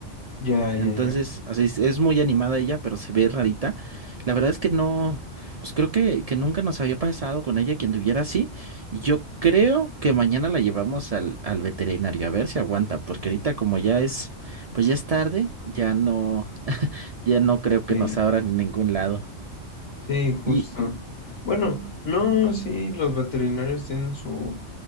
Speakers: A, on the left (about 70°); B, on the right (about 60°).
A: Ya,
B: Entonces,
A: ya, ya.
B: así es, es muy animada ella, pero se ve rarita. La verdad es que no, pues creo que, que nunca nos había pasado con ella quien tuviera así. Y yo creo que mañana la llevamos al, al veterinario a ver si aguanta, porque ahorita como ya es, pues ya es tarde, ya no, ya no creo que
A: Sí,
B: nos abran en ningún lado.
A: sí, justo.
B: Y
A: Bueno, no, sí, los veterinarios tienen su,